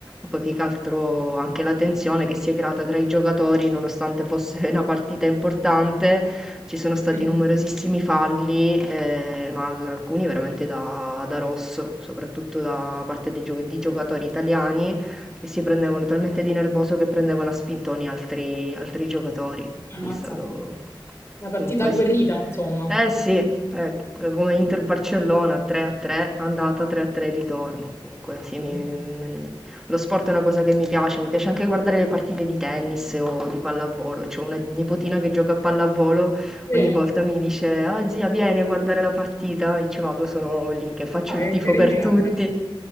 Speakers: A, in the centre; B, on the left.
A: Poi più che altro anche la tensione che si è creata tra i giocatori, nonostante fosse una partita importante, ci sono stati
B: Mhm.
A: numerosissimi falli, eh, ma al- alcuni veramente da, da rosso, soprattutto da parte dei gio- di giocatori italiani che si prendevano talmente di nervoso che prendevano a spintoni altri, altri giocatori. Quindi
B: Ammazza.
A: è stato
B: Una partita
A: comunque...
B: agguerrita, insomma.
A: Eh sì, eh, come Inter Barcellona 3 a 3, andata 3 a 3 ritorno. Comunque sì, mi-
B: Mm.
A: lo sport è una cosa che mi piace, mi piace anche guardare le partite di tennis o di pallavolo. C'ho una nipotina che gioca a pallavolo,
B: Sì,
A: ogni volta mi dice: Ah, zia, vieni a guardare la partita. E ci vado, sono lì che faccio
B: ah, che
A: il tifo
B: carina,
A: per tutti.
B: però.